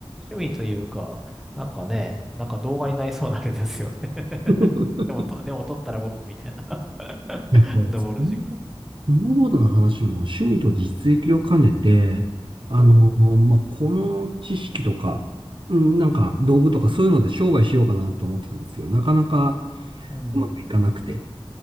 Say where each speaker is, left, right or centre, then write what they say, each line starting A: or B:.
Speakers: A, in the centre; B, on the right (about 55°).
A: 趣味というか、なんかね、なんか動画になりそうなあれですよね。
B: <laughs>
A: <laughs> でもと、でも撮ったら5分みたいな。
B: いや、
A: <laughs>
B: そうですね。
A: 登る時間。
B: スノーボードの話も趣味と実益を兼ねて、あの、
A: ほ
B: まあ、この知識とか、うん、なんか道具とかそういうので商売しようかなと思ってたんですけど、なかなか
A: う。う
B: うまくいかなくて。
A: ん。